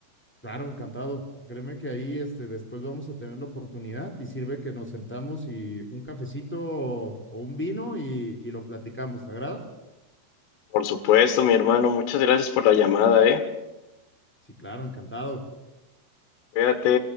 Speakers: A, in the centre; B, on the left (about 80°).
A: Claro, encantado. Créeme que ahí este, después vamos a tener la oportunidad y sirve que nos sentamos y un cafecito o, o un vino y, y lo platicamos. ¿Te agrada?
B: Por supuesto, mi hermano, muchas gracias por la llamada, ¿eh?
A: Sí, claro, encantado.
B: Cuídate.